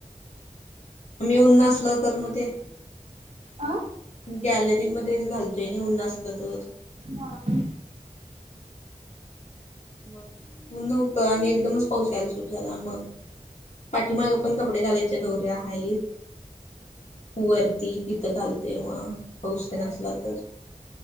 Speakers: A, on the left; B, on the right.
A: मी उन्ह नसलं तर मग ते
B: आ
A: गॅलरी मध्येच घालतोय उन नसलं तर
B: हा हा.
A: मग ऊन होत आणि एकदमच पाऊस यायला सुरू झाला मग पाठीमाग पण कपडे घालायच्या दौऱ्या आहेत. वरती तिथं घालते मग पाऊस नसला तर